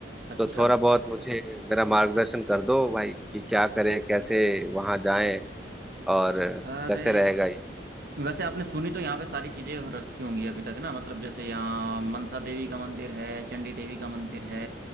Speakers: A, on the right; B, in the centre.
A: अच्छा
B: तो थोड़ा बहुत मुझे मेरा मार्गदर्शन कर दो भाई कि क्या करें कैसे वहाँ जाएं और
A: अरे
B: कैसे रहेगा
A: वैसे आपने सुनी तो यहाँ पे सारी चीजें हो रखी होंगी अभी तक ना मतलब जैसे यहाँ मनसा देवी का मंदिर है चंडी देवी का मंदिर है